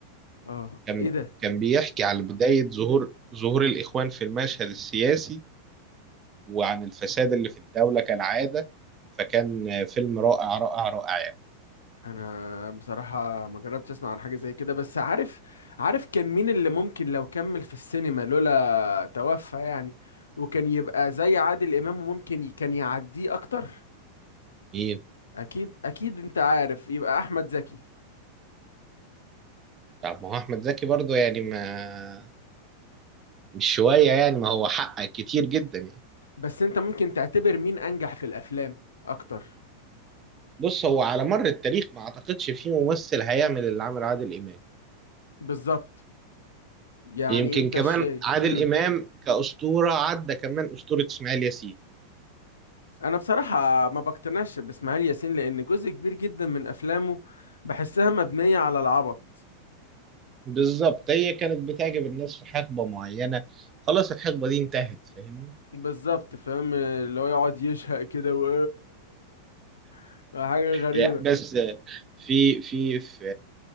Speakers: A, on the left (about 70°); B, on the right (about 25°).
A: اه
B: كان
A: ايه ده
B: كان بيحكي على بدايه ظهور ظهور الاخوان في المشهد السياسي وعن الفساد اللي في الدوله كالعاده فكان فيلم رائع رائع رائع
A: انا بصراحة ما جربتش اسمع عن حاجة زي كده بس عارف عارف كان مين اللي ممكن لو كمل في السينما لولا توفى يعني وكان يبقى زي عادل إمام ممكن ي- كان يعديه اكتر
B: يعني
A: اكيد اكيد انت عارف يبقى احمد زكي
B: طب ما هو احمد زكي برضه يعني ما مش شويه يعني ما هو حقق كتير جدا يعني
A: بس انت ممكن تعتبر مين انجح في الافلام اكتر
B: بص هو على مر التاريخ ما اعتقدش في ممثل هيعمل اللي عمل عادل امام
A: بالظبط يعني
B: يمكن
A: انت
B: كمان
A: شايف
B: عادل
A: امم
B: امام كاسطوره عدى كمان اسطوره اسماعيل ياسين
A: انا بصراحه ما بقتنعش باسماعيل ياسين لان جزء كبير جدا من افلامه بحسها مبنيه على العبط
B: بالظبط هي كانت بتعجب الناس في حقبه معينه خلاص الحقبه دي انتهت فاهمني
A: بالظبط فاهم اللي هو يقعد يشهق كده و <laughs> حاجه غريبه
B: ده بس حقيقي في في في